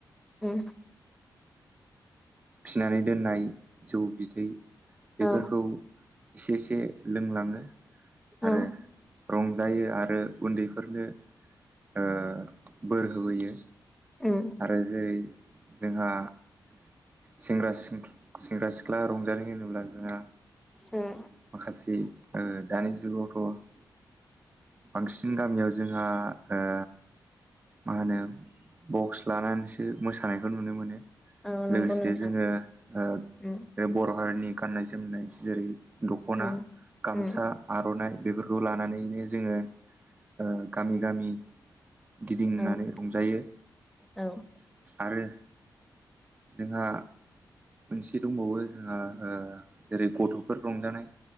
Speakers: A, in the centre; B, on the right (about 20°).
A: उम
B: फिनानै दोननाय जौ बिदै बेफोरखौ
A: औ
B: इसे एसे लोंलाङो
A: औ
B: आरो रं जायो आरो उन्दैफोरनो ओ बोर होबोयो
A: उम
B: आरो जेरै जोंहा सेंग्रा सिं, सेंग्रा सिख्ला रंजानाय होनोब्ला जोंहा
A: उम
B: माखासे ओ दानि जुगावथ' बांसिन गामियाव जोंहा ओ मा होनो बक्स लानानैसो मोसानायखौ नुनो मोनो।
A: औ नंगौ
B: लोगोसे
A: नोंथां
B: जोङो ओ
A: उम
B: बर' हारिनि गाननाय जोमनाय जेरै दख'ना,
A: उम
B: गामसा,
A: उम
B: आर'नाइ बेफोरखौ लानानैनो जोङो ओ गामि गामि गिदिंनानै
A: औ
B: रंजायो।
A: औ
B: आरो जोंहा मोनसे दंबावो जोंहा ओ जेरै गथ'फोर रंजानाय।